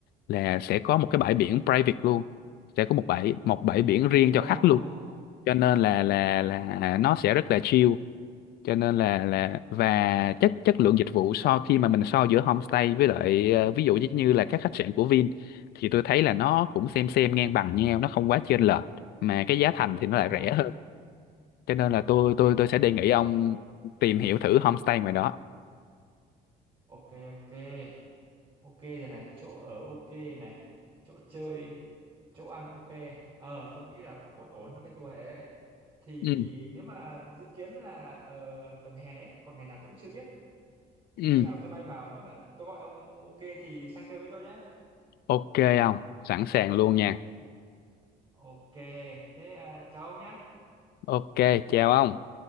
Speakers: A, on the left; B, on the right.
A: là sẽ có một cái bãi biển private luôn sẽ có một bãi một bãi biển riêng cho
B: Ồ,
A: khách luôn cho nên là là là nó sẽ rất là chill cho nên là là và chất chất lượng dịch vụ so khi mà mình so giữa homestay với lại ờ, ví dụ như như là các khách sạn của Vin thì tôi thấy là nó cũng xem xem ngang bằng nhau nó không quá chênh lệch mà cái giá thành thì nó
B: ồ,
A: lại rẻ hơn cho nên là tôi tôi
B: ok,
A: tôi sẽ đề nghị ông tìm hiểu thử homestay ngoài đó
B: ok, ok. ok rồi này chỗ ở ok này chỗ chơi chỗ ăn ok ờ tôi nghĩ là cũng ổn ổn cho cái tour này đấy thì
A: ừ
B: nếu mà dự kiến là ờ, tầm hè đấy còn ngày nào tôi cũng chưa biết thì
A: ừ
B: khi nào tôi bay vào nếu mà tôi gọi ông ông ok thì sang chơi với tôi nhá
A: ok ông sẵn sàng luôn nha
B: O- ok thế à, chào ông nhá
A: ok chào ông